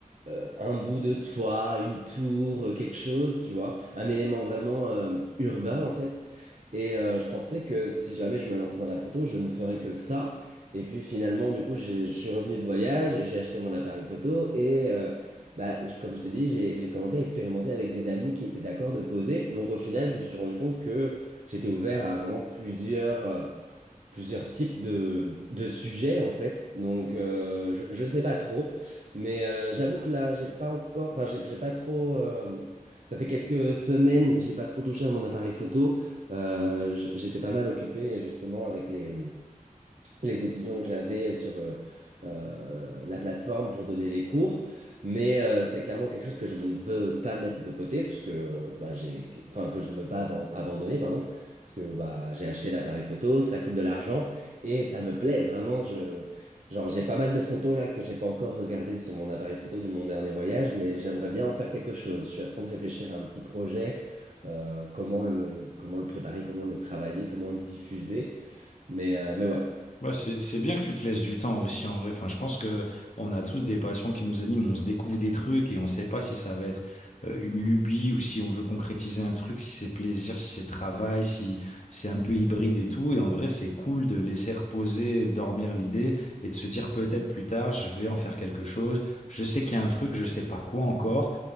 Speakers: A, on the right; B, on the left.
A: euh, un bout de toit, une tour, euh, quelque chose, tu vois, un élément vraiment euh, urbain en fait. Et euh, je pensais que si jamais je me lançais dans la photo, je ne ferais que ça. Et puis finalement, du coup, j'ai- je suis revenu de voyage et j'ai acheté mon appareil photo. Et euh, bah, je- comme je t'ai dit, j'ai j'ai commencé à expérimenter avec des amis qui étaient d'accord de poser. Donc au final, je me suis rendu compte que j'étais ouvert à vraiment plusieurs, euh, plusieurs types de, de sujets en fait. Donc euh, je, je sais pas trop, mais euh, j'avoue que là j'ai pas encore, enfin j'ai j'ai pas trop. euh, ça fait quelques semaines, j'ai pas trop touché à mon appareil photo. Euh, j- j'étais pas mal occupé justement avec les les étudiants que j'avais sur euh, euh, la plateforme pour donner les cours. Mais euh, c'est clairement quelque chose que je ne veux pas mettre de côté, parce que, bah, j'ai, enfin, que je ne veux pas aban- abandonner, pardon, parce que bah, j'ai acheté l'appareil photo, ça coûte de l'argent, et ça me plaît vraiment. Je, genre, j'ai pas mal de photos là que j'ai pas encore regardées sur mon appareil photo du mon dernier voyage, mais j'aimerais bien en faire quelque chose. Je suis en train de réfléchir à un petit projet. euh, comment le, comment le préparer, comment le travailler, comment le diffuser. Mais, euh, mais ouais.
B: Ouais, c'est, c'est bien que tu te laisses du temps aussi en vrai. Enfin, je pense que on a tous des passions qui nous animent, on se découvre des trucs et on ne sait pas si ça va être euh, une lubie ou si on veut concrétiser un truc, si c'est plaisir, si c'est travail, si c'est un peu hybride et tout. Et en vrai, c'est cool de laisser reposer, dormir l'idée et de se dire peut-être plus tard, je vais en faire quelque chose. Je sais qu'il y a un truc, je sais pas quoi encore.